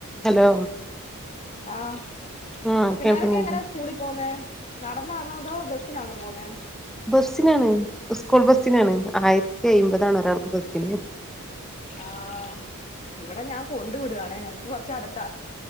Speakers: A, in the centre; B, on the left (about 30°).
A: Hello
B: ആഹ്
A: ആഹ്
B: പിള്ളെരൊക്കെ
A: കേൾക്കുന്നില്ലേ
B: എങ്ങനാ സ്കൂളിൽ പോന്നേ നടന്നാണോ അതോ ബെസ്സിനാന്നേ പോന്നേ
A: ബെസ്സിനാണ് ഉസ്കൂള് ബെസ്സിനാണ് ആയിരത്തി അയമ്പതാണ് ഒരാക്ക് ബെസ്സിന്
B: ആഹ് ഇവടെ ഞാൻ കൊണ്ട് വിട്ണെ ഞങ്ങക്ക് കൊറച്ച് അട്ത്താ